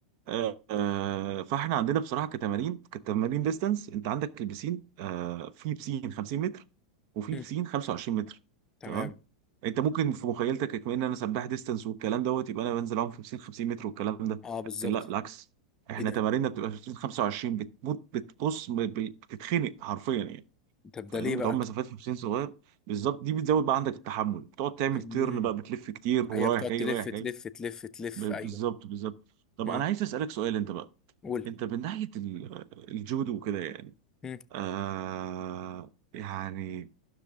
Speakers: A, on the right; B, on the left.
A: آه، آه، فاحنا عندنا بصراحه كتمارين كتمارين ديستانس انت عندك البسين آه، في بسين 50 متر وفي
B: هم.
A: بسين 25 متر
B: تمام
A: تمام انت ممكن في مخيلتك كمان ان انا سباح ديستانس والكلام دوت يبقى انا بنزل اعوم في بسين 50 متر والكلام ده
B: اه بالظبط
A: لكن لا بالعكس احنا
B: ايه ده
A: تماريننا بتبقى في بسين 25 بتموت بتبص ب- ب- بتتخنق حرفيا يعني
B: طب
A: فاهم
B: ده ليه
A: بتعوم
B: بقى
A: مسافات في بسين صغير بالظبط دي بتزود بقى عندك التحمل بتقعد تعمل
B: مم.
A: تيرن بقى بتلف كتير ورايح
B: ايوه بتقعد
A: جاي
B: تلف
A: رايح
B: تلف
A: جاي
B: تلف تلف
A: ب- بالظبط
B: ايوه
A: بالظبط طب
B: امم
A: انا عايز اسالك سؤال انت بقى
B: قول
A: انت من ناحية ال- الجودو وكده يعني
B: امم
A: آه يعني